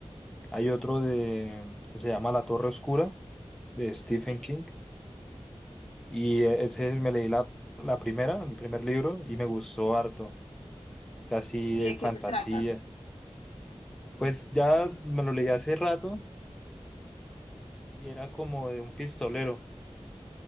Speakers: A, in the centre; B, on the left.
A: Hay otro de, que se llama La Torre Oscura, de Stephen
B: sí.
A: King. Y e, ese me leí la, la primera, el primer libro, y me gustó harto. O sea, así
B: y de
A: fantasía.
B: qué se trata.
A: Pues ya me lo leí hace rato y era como de un pistolero.